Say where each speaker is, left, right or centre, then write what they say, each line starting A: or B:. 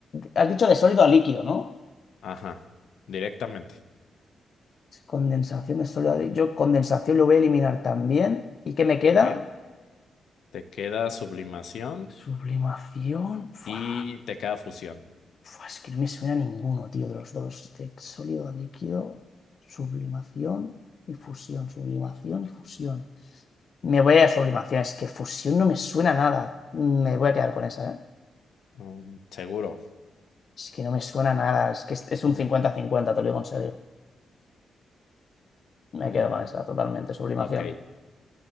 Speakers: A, on the left; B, on the left.
A: Has dicho de sólido a líquido, ¿no?
B: ajá, directamente,
A: Condensación de sólido a líquido. Yo condensación lo voy a eliminar también. ¿Y qué me queda?
B: ok. Te queda sublimación
A: Sublimación. Fua.
B: y te queda fusión.
A: Fua, es que no me suena ninguno, tío, de los dos. De sólido a líquido, sublimación y fusión. Sublimación y fusión. Me voy a sublimación, es que fusión no me suena a nada. Me voy a quedar con esa, ¿eh?
B: Mm, Seguro.
A: Es que no me suena a nada, es que es, es un
B: <laughs>
A: cincuenta cincuenta te lo digo en serio. Me
B: Eh,
A: quedo con esa, totalmente, sublimación.
B: ok.